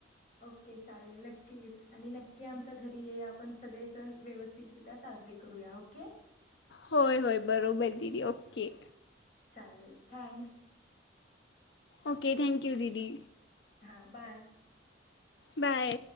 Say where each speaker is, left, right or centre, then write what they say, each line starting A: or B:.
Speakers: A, on the left; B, on the left.
A: ओके चालेल, नक्कीच आणि नक्की आमच्या घरी ये, आपण सगळे सण व्यवस्थितरित्या साजरे करूया ओके.
B: होय, होय, बरोबर दिदी ओके.
A: चालेल, थँंक्स.
B: ओके, थँक्यू दिदी.
A: हा बाय.
B: बाय.